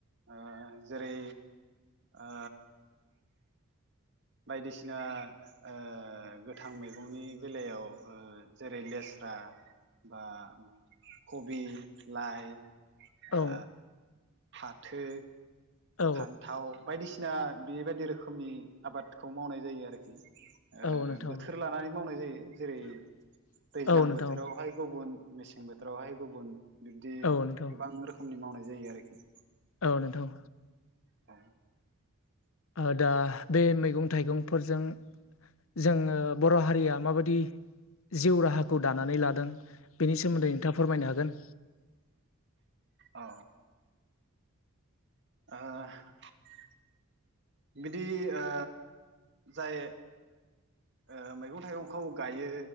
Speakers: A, on the right; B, on the left.
A: ओ जेरै ओ बायदिसिना ओ गो गोथां मैगंनि बेलायाव ओ जेरै लेस्रा बा कबि लाइ ओ
B: औ
A: फाथो
B: औ
A: फान्थाव बायदिसिना बेबायदि रोखोमनि आबादखौ मावनाय जायो आरोखि ओ
B: औ नोंथां
A: बोथोर लानानै मावनाय जायो जेरै दैज्लां
B: औ नोंथां
A: बोथोरावहाय गुबुन मेसें बोथोरावहाय गुबुन बिब्दि
B: औ नोंथां
A: गोबां रोखोमनि मावनाय जायो आरोखि
B: औ नोंथां
A: औ
B: ओ दा बे मैगं थाइगंफोरजों जोंङो बर' हारिया माबादि जिउ राहाखौ दानानै लादों बिनि सोमोन्दै नोंथांङा फोरमायनो हागोन।
A: अ ओहोहो बिदि ओ जाय ओ मैगं थाइगंखौ गायो